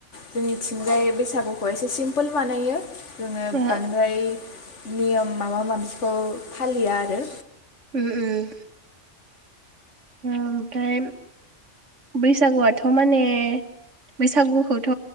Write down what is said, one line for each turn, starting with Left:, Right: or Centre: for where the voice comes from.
Left: जोंनिथिंजाय बैसागु <unintelligible> एसे सिम्पोल बानायो। जोङो
Right: उम ओ
Left: बांद्राय नियोम माबा माबिखौ फालिया आरो।
Right: उम उम। ओमफ्राय बैसागुआथ' माने बैसागुखौथ'